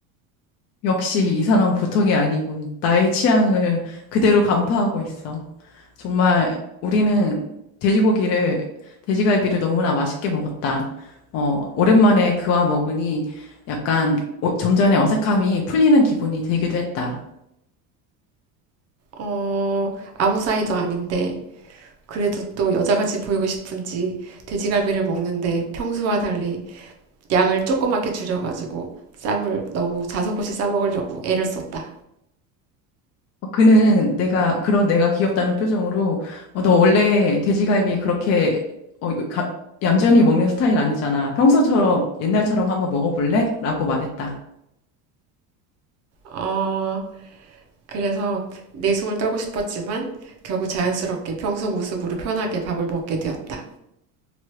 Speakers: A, on the left; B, on the right.
A: 역시 이 사람 보통이 아니군. 나의 취향을 그대로 간파하고 있어. 정말 우리는 돼지고기를, 돼지갈비를 너무나 맛있게 먹었다. 어, 오랜만에 그와 먹으니 약간 오- 점잖의 어색함이 풀리는 기분이 들기도 했다.
B: 어, 아무 사이도 아닌데 그래도 또 여자같이 보이고 싶은지 돼지갈비를 먹는데 평소와 달리 양을 조그맣게 줄여가지고 쌈을 너무 자석없이 싸먹으려고 애를 썼다.
A: 어, 그는 내가, 그런 내가 귀엽다는 표정으로 어, 너 원래 돼지갈비 그렇게 어, 요- 가- 얌전히 먹는 스타일 아니잖아. 평소처럼 옛날처럼 한번 먹어볼래? 라고 말했다.
B: 어, 그래서 내숭을 떨고 싶었지만 결국 자연스럽게 평소 모습으로 편하게 밥을 먹게 되었다.